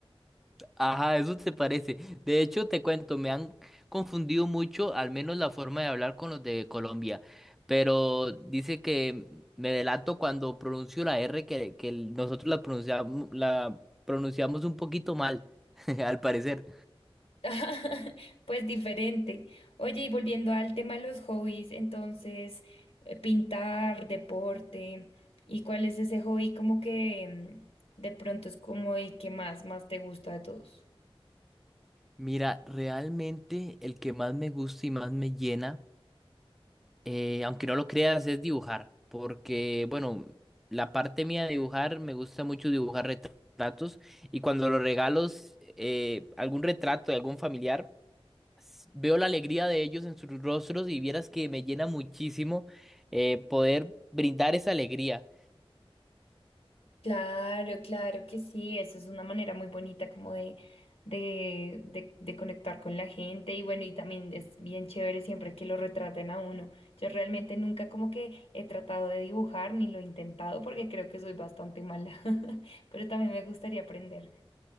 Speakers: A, in the centre; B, on the left.
A: Ajá, eso te parece. De hecho, te cuento, me han confundido mucho, al menos la forma de hablar con los de Colombia. Pero dice que me delato cuando pronuncio la R que, que nosotros la pronunciamos, la pronunciamos un poquito mal, <laughs> al parecer.
B: <laughs> Pues diferente. Oye, y volviendo al tema de los hobbies, entonces, eh, pintar, deporte, ¿y cuál es ese hobby como que mm, de pronto es como el que más, más te gusta de todos?
A: Mira, realmente el que más me gusta y más me llena. eh, aunque no lo creas, es dibujar, porque, bueno, la parte mía de dibujar, me gusta mucho dibujar retratos y cuando los regalos eh, algún retrato de algún familiar, s- veo la alegría de ellos en sus rostros y vieras que me llena muchísimo eh, poder brindar esa alegría.
B: Claro, claro que sí, eso es una manera muy bonita como de, de, de, de conectar con la gente y bueno, y también es bien chévere siempre que lo retraten a uno. Yo realmente nunca como que he tratado de dibujar ni lo he intentado porque creo que soy bastante mala, <laughs> pero también me gustaría aprender.